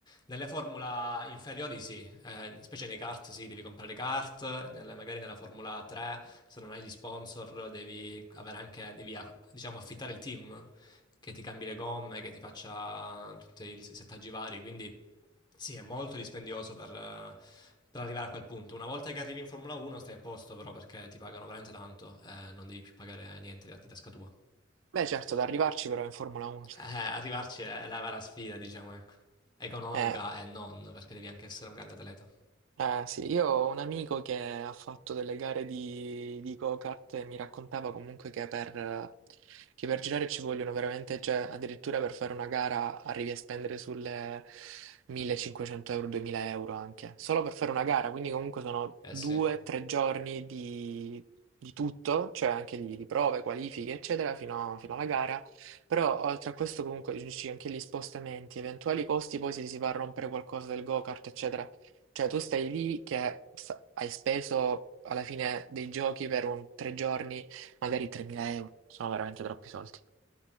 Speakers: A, on the left; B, on the right.
A: Nelle Formula inferiori sì, eh, specie nei kart sì, devi comprare kart, nelle- magari nella Formula 3 se non hai gli sponsor devi, avere anche, devi a- diciamo, affittare il team che ti cambi le gomme, che ti faccia tutti i settaggi vari, quindi sì, è molto dispendioso per, eh, per arrivare a quel punto. Una volta che arrivi in Formula 1 stai a posto però perché ti pagano veramente tanto, eh, non devi più pagare niente di tasca tua.
B: Beh certo, da arrivarci però in Formula 1.
A: Eh, arrivarci è la vera sfida, diciamo, ecco. Economica
B: <laughs>
A: e non, perché devi anche essere un grande atleta.
B: Eh sì, io ho un amico che ha fatto delle gare di, di go-kart e mi raccontava comunque che per, che per girare ci vogliono veramente, cioè addirittura per fare una gara arrivi a spendere sulle 1500 euro, 2000 euro anche, solo per fare una gara, quindi comunque sono
A: Eh
B: due,
A: sì.
B: tre giorni di, di tutto, cioè anche di, di prove, qualifiche, eccetera, fino, fino alla gara, però oltre a questo comunque ci sono anche gli spostamenti, eventuali costi, poi se si va a rompere qualcosa del go-kart, eccetera. Cioè, tu stai lì che sa- hai speso alla fine dei giochi per un tre giorni, magari 3.000 euro. Sono veramente troppi soldi.